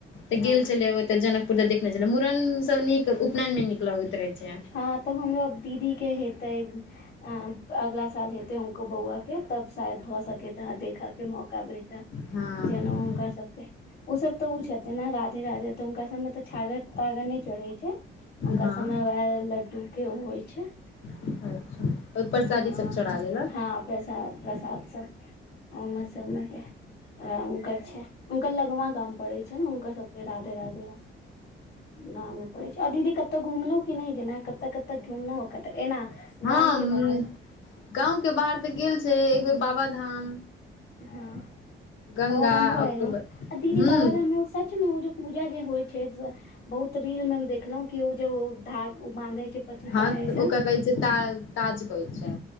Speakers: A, on the left (about 75°); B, on the left (about 55°).
A: तऽ
B: हँ
A: गेल छलियै एगो तऽ जनकपुर त देखने छले मूड़न सब नीक उपनयन मे नीक लगैत रहे छै
B: हँ तऽ हमरो दीदीके हेतै अ अगला साल हेतेै उको बौआ के तब शायद भऽ सकै त ह देखऽ के मौका भेटए
A: हँ
B: जेनाउ हुनक सबके ओ सब तऽ ओ छथिे ने राजपू तऽ हुनका सबमे तऽ छागर तागर नहि चढ़े छै हुनका
A: हँ
B: सबमे वेह लड्डू के ओ होइ छै
A: अच्छा ओहिपर
B: हँ
A: साड़ी सब चढ़ा देलक
B: हँ प्रसाद प्रसाद सब उमर से नइ ये आ उनकर छइ मे उनकर लगमा गाम पड़े छै छै हुनकर सबके राधे राधे गाम पड़ै छै दीदी कतहु घुमलहुं कि नहि जेना कत कत घुमलहुं कत एना
A: हँ
B: गाम के बाहर
A: गाँव के बाहर तऽ गेल छै एक बेेर बाबाधाम
B: हँ
A: गंगा
B: बाबाधाम भऽ
A: ओकर
B: एलौं
A: बाद
B: आ दीदी
A: हूँ
B: बाबाधाममे सचमे ओ जे पूजा जे होइ छै बहुत रील मे हम देखलहुं कि ओ जे धाग बाँधै छै पति
A: हँ
B: पत्नी
A: तऽ
B: से
A: ओकरा कहै छै ताग ताज कहै छै